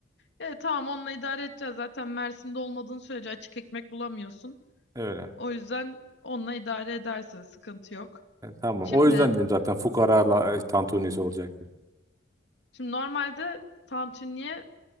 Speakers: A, on the left; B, on the right.
A: E, tamam onunla idare edeceğiz. Zaten Mersin'de olmadığın sürece açık ekmek bulamıyorsun.
B: Öyle.
A: O yüzden onunla idare edersiniz, sıkıntı yok.
B: E, tamam.
A: Şimdi
B: O yüzden dedim zaten fukara la- e, tantunisi olacak diye.
A: şimdi normalde tantuniye